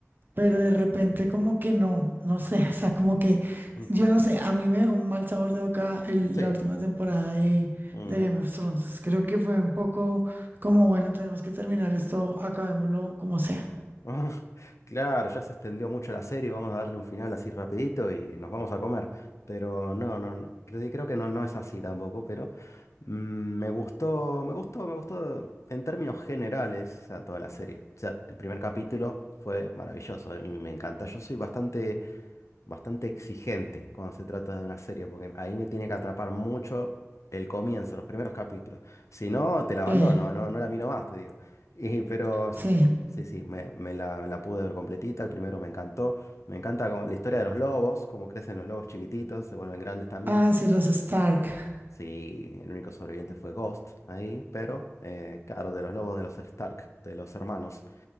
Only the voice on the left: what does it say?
<clears throat>
sí,
ujú.
Ah, claro, ya se extendió mucho la serie, vamos a darle un final así rapidito y nos vamos a comer. Pero no, no, no, creo, creo que no, no es así tampoco, pero mm, me gustó, me gustó, me gustó en términos generales, o sea, toda la serie. O sea, el primer capítulo fue maravilloso, a mí me encanta. Yo soy bastante bastante exigente cuando se trata de una serie, porque ahí me tiene que atrapar mucho el comienzo, los primeros capítulos. Si no, te la abandono,
no, no la miro más, te digo. Y, pero s-
sí, sí, me, me la, me la pude ver completita, el primero me encantó. Me encanta como la historia de los lobos, cómo crecen los lobos chiquititos, se vuelven grandes también.
Sí, el único sobreviviente fue Ghost ahí, pero eh, claro, de los lobos de los Stark, de los hermanos.